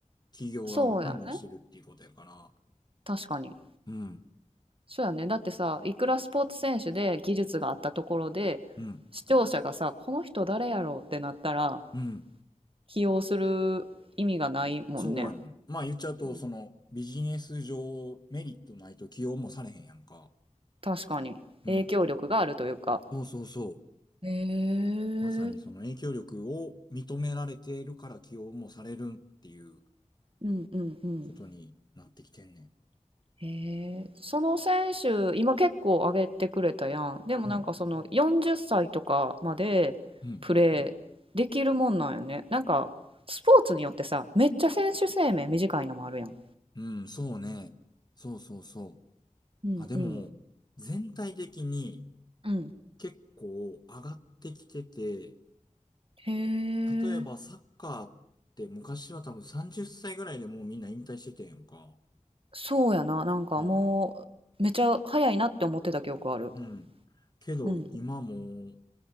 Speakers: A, on the left; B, on the right.
A: 企業側が判断してるっていうことやから、
B: そうやね。確かに。
A: うん、
B: そうやね。だってさ、いくらスポーツ選手で技術があったところで、
A: うん、
B: 視聴者がさ、この人誰やろうってなったら、
A: うん。
B: 起用する意味がないもんね。
A: そうやん。まあ言っちゃうと、
B: うん
A: そのビジネス上メリットないと起用もされへんやんか。
B: 確かに。
A: うん。
B: 影響力があるというか。
A: そうそうそう。
B: へえ
A: まさにその影響力を認められているから起用もされるっていう
B: うんうんうん。
A: ことになってきてんね
B: へえ、その選手、今結構上げてくれたやん。でもなんかその40歳とかまでプレーできるもんなんよね。
A: ん。うん、うん、
B: なんかスポーツによってさ、めっちゃ選手生命短いのもあるやん。
A: うん、そうね。そうそうそう。
B: うんうん
A: あ、でも、全体的に
B: うん。
A: 結構上がってきてて、
B: へえ、
A: 例えばサッカーって昔は多分30歳ぐらいでもうみんな引退しててんやんか。
B: そうやな。なんかもうめちゃ早いなって思ってた記憶ある。
A: うん。うん。けど今も、
B: うん。